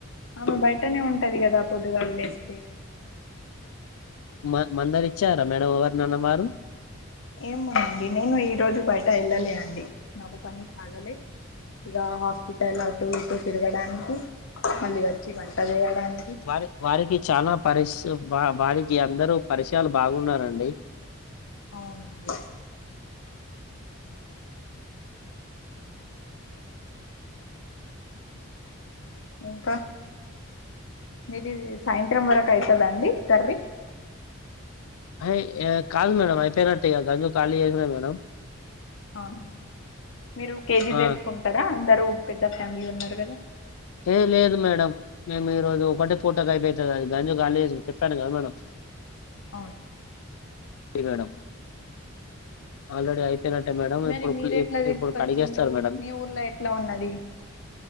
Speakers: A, on the left (about 60°); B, on the left (about 80°).
A: ఆమె బయటనే ఉంటది కదా పొద్దుగాళ్లేస్తే
B: మ మందరిచ్చారా మేడం ఎవరు నాన్న వారు
A: ఏమనండి నేను ఈ రోజు బయట వెళ్ళలే అండి నాకు పని కాగలే ఇక హాస్పిటల్ అటుూ ఇటుూ తిరగడానికి మళ్ళీ వచ్చి వంట చేయడాన్
B: వారి వారికి చాలా పరిస్ వారికి అందరుూ పరిచయాలు బాగున్నారండి
A: అవునండి ఇంకా మీది సాయంత్రం వరకు అయితద అండి కరీ
B: అయి కాల్ మేడ అఐపోనాట్ట కాళ ఏనా మేడమ్
A: అవున మీరు కేజీ
B: ఆ
A: తీసుకుంటరా అందరుూ పెద్ద ఫ్యామిలీ ఉన్నరు కదా
B: ఏ లేదు మేడం మేము ఈ రోజు ఒకటే పూటకు అయిపోతుంది అది గంజు క చెప్పాను కదా మేడం
A: ఉమ్
B: ఇవేడం ఆల్రెడీ అయిపోయినట్టే మేడం
A: మరి
B: ఇప్పుడు
A: మీరు ఎట్లా తీసుకొచ్చిండ్రు
B: ఇప్పుడు కడిగేస్తారు మేడం
A: మీ ఊర్లో ఎట్లా ఉన్నది